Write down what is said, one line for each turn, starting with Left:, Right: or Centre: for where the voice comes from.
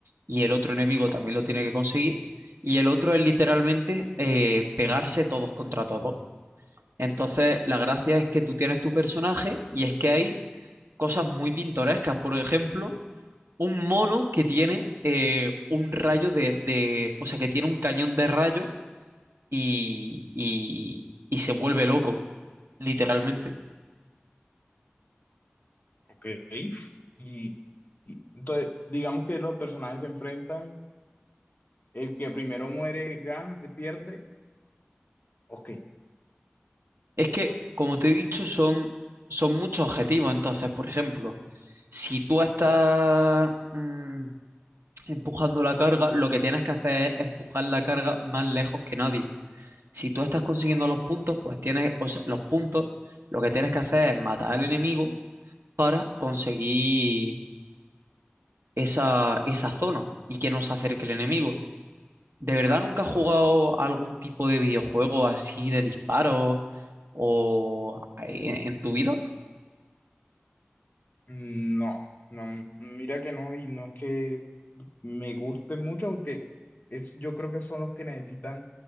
Right: y el otro enemigo también lo tiene que conseguir. Y el otro es literalmente eh, pegarse todos contra todos. Entonces, la gracia es que tú tienes tu personaje y es que hay cosas muy pintorescas. Por ejemplo, un mono que tiene eh, un rayo de, de- o sea, que tiene un cañón de rayo y, y- y se vuelve loco, literalmente.
Left: Ok. Y, y entonces, digamos que los personajes se enfrentan, el que primero muere gan pierde, ok.
Right: Es que, como te he dicho, son, son muchos objetivos. Entonces, por ejemplo, si tú estás mm, empujando la carga, lo que tienes que hacer es empujar la carga más lejos que nadie. Si tú estás consiguiendo los puntos, pues tienes, o sea, los puntos, lo que tienes que hacer es matar al enemigo para conseguir esa, esa zona y que no se acerque el enemigo. ¿De verdad nunca has jugado algún tipo de videojuego así de disparos o en, en tu vida?
Left: No, no, mira que no, y no es que me guste mucho, porque es, yo creo que son los que necesitan